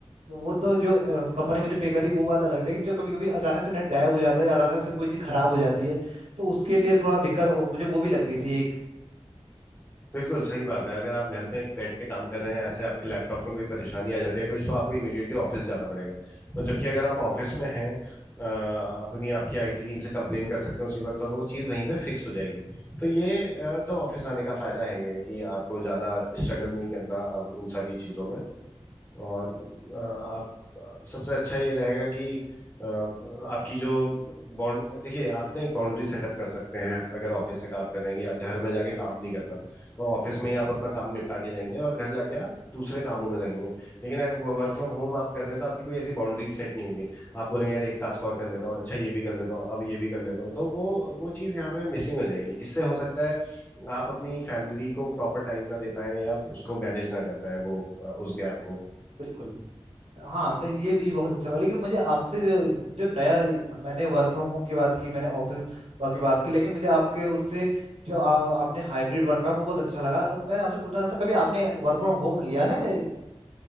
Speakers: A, on the right; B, on the left.
A: वो तो जो कंपनी मुझे पे करी वो बात अलग है लेकिन जो कभी कभी अचानक से नेट गायब हो जाता है और अचानक से कोई चीज़ खराब हो जाती है तो उसके लिए थोड़ा दिक्कत अ, मुझे वो भी लग रही थी एक
B: बिल्कुल सही बात है अगर आप घर पे बैठ के काम कर रहे हैं ऐसे आपके लैपटॉप में कोई परेशानी आ जाती है कुछ तो आपको इमीडिएटली ऑफिस जाना पड़ेगा और जबकि अगर आप ऑफिस में हैं अ, अपनी आपकी आईटी टीम से कंप्लेन कर सकते हैं उसी वक्त और वो चीज़ वहीं पे फिक्स हो जाएगी तो ये अ, तो ऑफिस आने का फायदा है ही है कि आपको ज़्यादा स्ट्रगल नहीं करना अब उन सारी चीज़ों में और अ, आप सबसे अच्छा ये रहेगा कि अ, आपकी जो बाउंड देखिए आप ना एक बाउंड्री सेटअप कर सकते हैं अगर ऑफिस से काम कर रहे हैं या घर में जाके काम नहीं करना तो ऑफिस में ही आप अपना काम निपटा के जाएंगे और घर जाके आप दूसरे कामों में लगेंगे लेकिन अगर वर्क फ्रॉम होम आप कर रहे हैं तो आपकी कोई ऐसी बाउंड्रीज सेट नहीं होंगी
A: बिल्कुल
B: आप बोलेंगे यार एक टास्क और कर लेता हूँ अच्छा ये भी कर लेता हूँ अब ये भी कर लेता हूँ तो वो वो चीज़ यहाँ पे मिसिंग हो जाएगी इससे हो सकता है आप अपनी फैमिली को प्रॉपर टाइम ना दे पाए या उसको मैनेज ना कर पाए वो अ, उस गैप को
A: बिल्कुल हाँ मैं ये भी बहुत अच्छा लगा लेकिन मुझे आपसे जो, जो नया मैंने वर्क फ्रॉम होम की बात की मैंने ऑफिस वर्क की बात की लेकिन मुझे आपके उससे जो आ, आपने हाइब्रिड वर्क का वो बहुत अच्छा लगा अब मैं आपसे पूछना चाहता कभी आपने वर्क फ्रॉम होम लिया है